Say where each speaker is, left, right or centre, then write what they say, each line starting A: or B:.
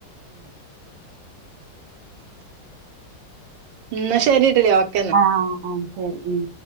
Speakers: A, on the right; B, on the right.
A: ഉം ഇന്നാ ശരി <unintelligible> ഓ
B: ആഹ് ആഹ് ശരി ഉം